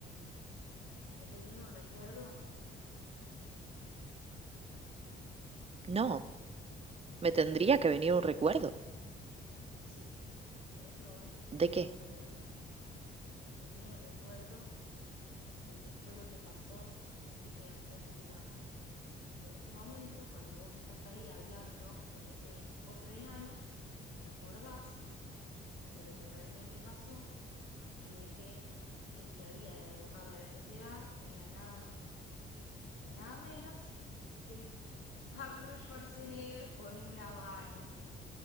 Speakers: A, on the left (about 85°); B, on the right (about 30°).
A: ¿No te viene un recuerdo?
B: No, me tendría que venir un recuerdo.
A: Sí, en ese momento te
B: ¿De
A: viene
B: qué?
A: un recuerdo. Te viene un recuerdo de qué fue lo que pasó que llegaste a ese lugar. Y en ese momento, cuando vos estás ahí hablando con ese otro enano, te acordás de lo que realmente pasó y de que el que había derrocado a la sociedad era nada más y nada menos que <laughs> Arnold Schwarzenegger con un habano.